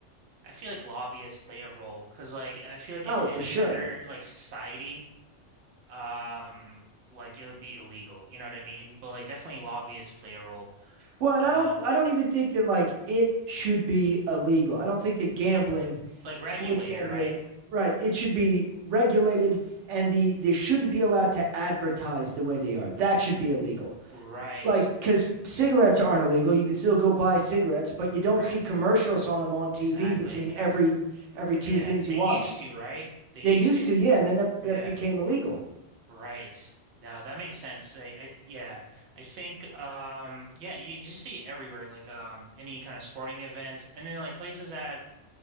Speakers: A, on the right; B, on the right.
A: I feel like lobbyists play a role because like I feel like
B: Oh,
A: in any
B: for sure.
A: other like society, um, like it would be illegal. You know what I mean? But like definitely lobbyists play a role.
B: Well,
A: Uh,
B: and I don't I don't even think that like it should be illegal. I don't think that gambling
A: like regulator,
B: sports gambling.
A: right?
B: Right. It should be regulated and the they shouldn't be allowed to advertise the way they are. That should be illegal.
A: Right.
B: Like cuz cigarettes aren't illegal. You could still go buy cigarettes, but you don't
A: Right.
B: see commercials on them on TV
A: Exactly.
B: between every every two
A: Yeah.
B: things you
A: They
B: watch.
A: used to, right? They
B: They
A: used
B: used
A: to.
B: to, yeah, and then that that
A: Yeah.
B: became illegal.
A: Right. No, that makes sense. I, I yeah. I think um yeah, you, you just see it everywhere, like um any kind of sporting events and then like places that